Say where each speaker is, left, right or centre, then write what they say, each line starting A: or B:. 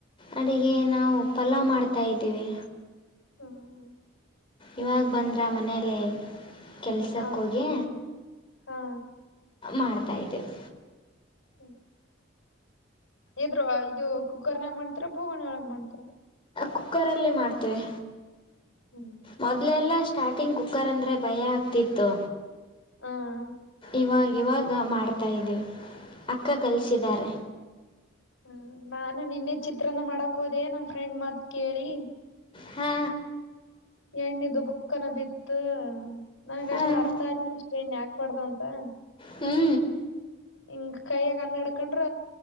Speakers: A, on the left; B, on the left.
A: ಅಡಿಗೆ ನಾವು ಪಲಾವ್ ಮಾಡ್ತಾ ಇದೇವೆ
B: ಹ್ಮ್
A: ಇವಾಗ್ ಬಂದ್ರಾ ಮನೇಲೆ ಕೆಲ್ಸಕ್ಕೋಗಿ
B: ಹ ಹಾ
A: ಮಾಡ್ತಾ ಇದೆವಿ
B: ಹ್ಮ ಇದ್ರುವ ಇದು ಕುಕ್ಕರ್ ನ್ಯಾಗ ಮಾಡ್ತೀರ ಭೂ ವಣಾ ಒಳಗ ಮಾಡ್ತೀರ
A: ಕುಕ್ಕರಲ್ಲೆ ಮಾಡ್ತೇವೆ
B: ಹ್ಮ್
A: ಮೊದಲ್ಲೆಲ್ಲ ಸ್ಟಾರ್ಟಿಂಗ್ ಕುಕ್ಕರ್ ಅಂದರೆ ಭಯ ಆಗ್ತಿತ್ತು
B: ಆಂ
A: ಇವಾಗ ಇವಾಗ ಮಾಡ್ತಾ ಇದ್ದೀವಿ ಅಕ್ಕ ಕಲಿಸಿದ್ದಾರೆ
B: ಹ್ಮ ಹ್ಮ ನಾನು ನಿನ್ನೆ ಚಿತ್ರನ ಮಾಡಕ್ ಹೋದೆೇ ನಮ್ ಫ್ರೆಂಡ್ ಮಾತ್ ಕೇಳಿ
A: ಹಾ
B: ಎಣ್ಣೆ ದುಬುಕ್ಕನ ಬಿತ್ತು ನನ್ಗಷ್ಟು
A: ಹಾಂ
B: ಅರ್ಥ ಅಂದ ಇಷ್ಟ ಎಣ್ಣೆ ಹಾಕ್ಬಾರ್ದ ಅಂತ ಹ
A: ಹ್ಞೂ
B: ಹಿಂಗ್ ಕೈಯಾಗ ಅನ್ನಾಡ್ಕೊಂಡ್ರ